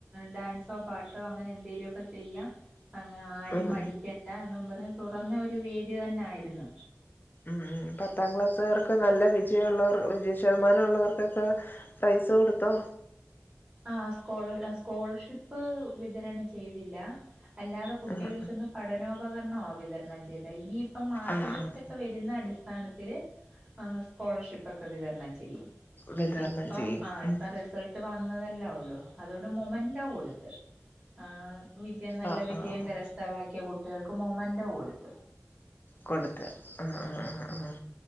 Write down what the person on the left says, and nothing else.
ഉം
ഉം
ഉം പത്താം ക്ലാസ്സുകാർക്ക് നല്ല വിജയള്ളവർ വിജ ശതമാനൊള്ളവർക്കൊക്കെ പൈസ കൊട്ത്തോ
ആഹ്
ആഹ് ആഹ്
വിതരണം
ചെയ്യും
ഉം
ആഹ്
ആഹ് ആഹ്
കൊട്ത്ത് ആ ആ ആ ആ